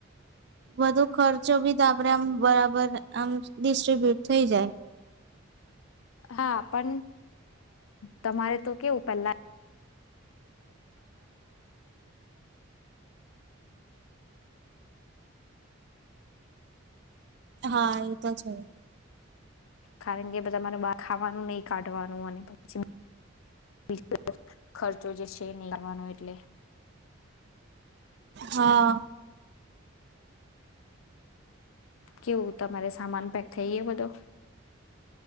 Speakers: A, on the right; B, on the left.
A: વધુ ખર્ચો બી આપડે આમ બરાબર આમ ડિસ્ટ્રીબ્યુટ થઈ જાય
B: હા પણ તમારે તો કેવું પેલા
A: હા એ તો છે
B: કારણ કે તમારે બ ખાવાનું નહીિ કાઢવાનું અને પછી ખર્ચો જે છે નહી કરવાનો એટલે
A: હા
B: કેવું તમારે સામાન પેક થઈ બધો